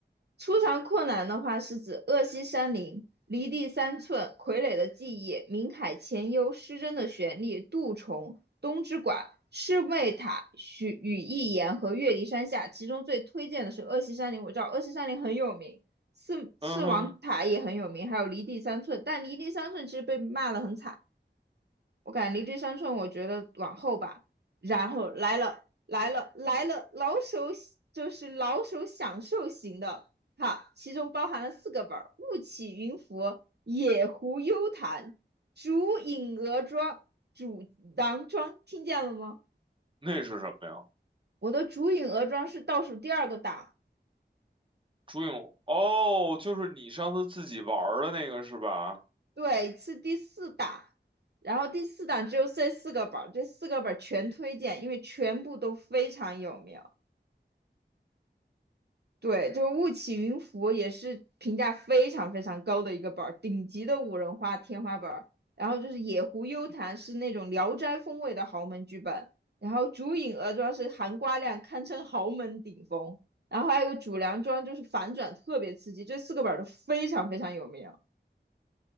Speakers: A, on the right (about 65°); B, on the right (about 30°).
A: 出场困难的话是指恶西山林、离地三寸、傀儡的记忆、冥海潜幽、失真的旋律、杜虫、东之馆、赤卫塔、许羽翼言和月离山下。其中最推荐的是恶西山林，我知道恶西山林很有名，四四王塔也很有名，
B: 嗯哼，
A: 还有离地三寸，但离地三寸其实被骂得很惨。我感觉离这三寸，我觉得往后吧。然后来了，来了，来了，老手就是老手享受型的哈，其中包含了四个本儿：雾起云浮、野狐幽潭、竹影鹅庄、主囊庄。听见了吗？
B: 那是什么呀？
A: 我的竹影鹅庄是倒数第二个档，
B: 朱影红，哦，就是你上次自己玩儿的那个是吧？
A: 对，是第四档。然后第四档只有这四个本儿，这四个本儿全推荐，因为全部都非常有名。对，就是《雾起云浮》也是评价非常非常高的一个本儿，顶级的五人花天花板儿。然后就是《野狐幽谈》是那种聊斋风味的豪门剧本，然后竹影鹅庄是含瓜量堪称豪门顶峰，然后还有一个主梁庄就是反转特别刺激，这四个本儿都非常非常有名。